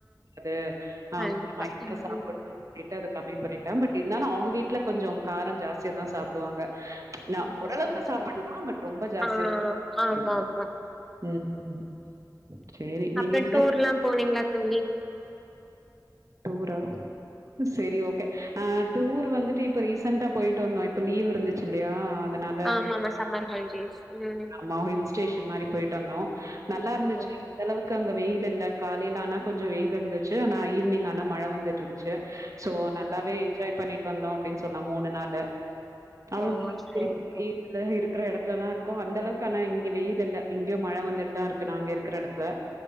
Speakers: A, on the right; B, in the centre.
A: சாப்டக்கூடாது அ
B: கண்டிப்பா
A: கெஞ்சோ மைல்டா
B: ம்
A: சாப்பட்ணுன் டிட்டு அது கம்மி பண்ணிட்டா பட் இருந்தாலு அவுங்க வீட்ல கொஞ்சோ காரோ ஜாஸ்தியாதா சாப்டுவாங்க நா
B: ம்
A: ஒரளவுக்கு
B: சரி
A: சாப்புட்லா
B: சரி
A: பட் ரொம்ப ஜாஸ்தியா
B: ஆ
A: <unintelligible>
B: ஆமா ஆமா
A: சேரி நீங்க
B: அப்புற
A: என்ன
B: டூர்லாம் போனீங்ளா தோழி
A: டூரா செரி ஓகே ஆ டூரு வந்துட்டு இப்ப ரீசண்டா போயிட்டு வந்தோ இப்ப லீவ் இருந்துச்சுல்லயா அதுனால
B: ஆமா ஆமா சம்மர் ஹாலிடேஸ் ம்
A: மா ஹில் ஸ்டேஷன் மாரி போயிட்டு வந்தோ நல்லா இருந்துச்சு
B: ம்
A: அந்தளவுக் க்கு அங்க வெயில் இல்ல காலேல ஆனா கொஞ்ச வெயில் இருந்துச்சு ஆனா ஈவ்னிங் ஆனா மழ வந்துட்டு இருந்துச்சு சோ நல்லாவே
B: ம்.
A: என்ஜாய் பண்ணிட்டு வந்தோம் அப்டின்னு சொன்னா மூணு நாளு அவ்
B: ஓ சரி
A: பெரிய
B: தோழி
A: வீட்ல இருக்கிற இடத்துல தாருக்கும் அந்த அளவுக் கான இங்க வெயில் இல்ல இங்கேயோ மழ வந்துட்டு தா இருக்கு நாங்க இருக்கிற எடத்துல